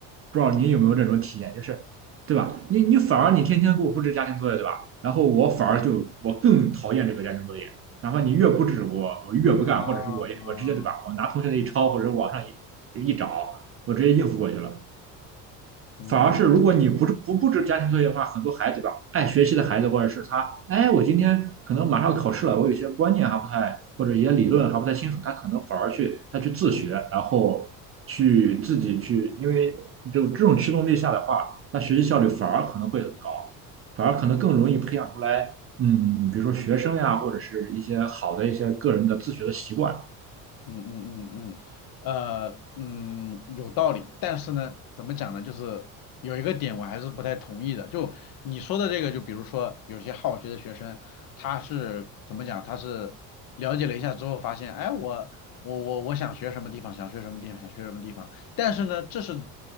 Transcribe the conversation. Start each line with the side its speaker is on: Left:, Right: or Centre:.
Right: 不知道您有没有这种体验，就是对吧？你你反而你天天给我布置家庭作业，对吧？然后我反而就我更讨厌这个家庭作业，哪怕你越布置我，我越不干，
Left: 啊，
Right: 或者是我我直接对吧？我拿同学的一抄或者网上一一找，我直接应付过去了。
Left: 嗯，
Right: 反而是如果你不不布置家庭作业的话，很多孩子吧，爱学习的孩子或者是他，哎，我今天可能马上要考试了，我有些观念还不太，或者一些理论还不太清楚，他可能反而去他去自学，然后去自己去，因为就这种驱动力下的话，他学习效率反而可能会很高，反而可能更容易培养出来，嗯，比如说学生呀，或者是一些好的一些个人的自学的习惯。
Left: 嗯嗯嗯嗯，呃，嗯，有道理，但是呢，怎么讲呢？就是有一个点我还是不太同意的，就你说的这个，就比如说有些好学的学生，他是怎么讲？他是了解了一下之后发现，哎，我我我我想学什么地方，想学什么地方，想学什么地方，但是呢，这是